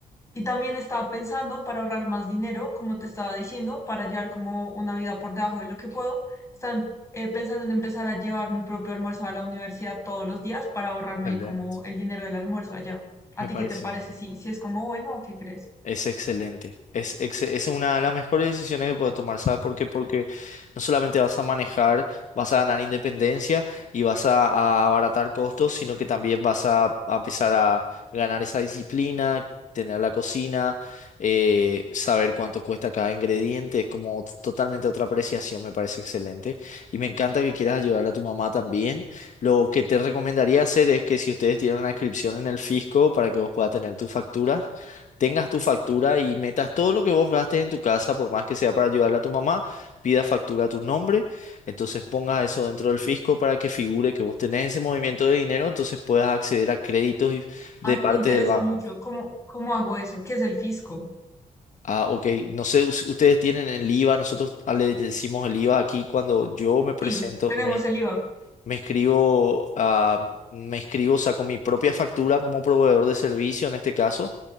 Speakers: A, on the left; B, on the left.
A: y también estaba pensando para ahorrar más dinero, como te estaba diciendo, para llevar como una vida por debajo de lo que puedo. Están eh, pensando en empezar a llevar mi propio almuerzo a la universidad todos los días para ahorrarme
B: excelente.
A: como el dinero del almuerzo allá. ¿A
B: Me
A: ti
B: parece.
A: qué te parece? ¿Si, si es como bueno o qué crees?
B: Es excelente. Es, exce- es una de las mejores decisiones que puedes tomar, ¿sabes por qué? Porque no solamente vas a manejar, vas a ganar independencia y vas a, a abaratar costos, sino que también vas a, a empezar a ganar esa disciplina, tener la cocina, eh, saber cuánto cuesta cada ingrediente. Es como t- totalmente otra apreciación, me parece excelente. Y me encanta que quieras ayudar a tu mamá también. Lo que te recomendaría hacer es que si ustedes tienen una inscripción en el fisco para que vos puedas tener tu factura tengas tu factura y metas todo lo que vos gastes en tu casa, por más que sea para ayudarle a tu mamá, pidas factura a tu nombre, entonces pongas eso dentro del fisco para que figure que vos tenés ese movimiento de dinero, entonces puedas acceder a créditos y- de
A: Ay,
B: parte
A: me interesa
B: del banco.
A: mucho. ¿Cómo, cómo hago eso? ¿Qué es el fisco?
B: Ah, ok, no sé, us- ustedes tienen el IVA, nosotros ah, le decimos el IVA aquí cuando yo me presento,
A: Sí, tenemos
B: me,
A: el IVA.
B: me escribo, ah, me escribo, saco mi propia factura como proveedor de servicio en este caso